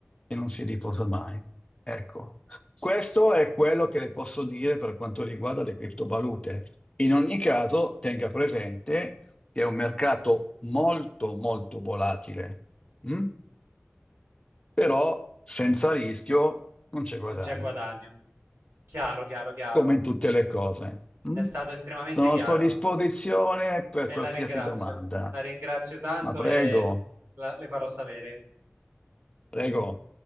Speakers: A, on the left (about 25°); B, on the right (about 85°).
A: e non si riposa mai. Ecco, questo è quello che le posso dire per quanto riguarda le criptovalute. In ogni caso, tenga presente che è un mercato molto, molto volatile, mm? Però senza rischio non c'è guadagno,
B: Non c'è guadagno. Chiaro, chiaro, chiaro.
A: come in tutte le cose. mm?
B: È stato estremamente
A: Sono
B: chiaro
A: a sua disposizione per
B: e
A: qualsiasi
B: la ringrazio.
A: domanda,
B: La ringrazio tanto
A: ma prego,
B: e la le farò sapere.
A: prego.